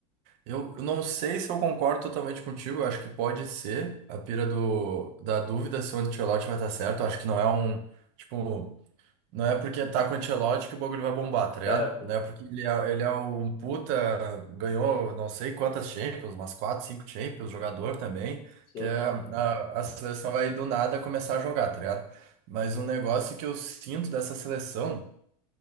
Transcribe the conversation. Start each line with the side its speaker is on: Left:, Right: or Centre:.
Right: eu, eu não sei se eu concordo totalmente contigo. Eu acho que pode ser a pira do, da dúvida se o Ancelotti vai estar certo. Eu acho que não é um, tipo, não é porque tá com o Ancelotti que o bagulho vai bombar, tá ligado?
Left: É, pô,
Right: Não é porque ele é, ele é um puta, ganhou não sei quantas Champions, umas quatro, cinco Champions, jogador também,
Left: sim,
Right: que é- a, a seleção vai do nada começar a jogar, tá ligado? Mas um negócio que eu sinto dessa seleção.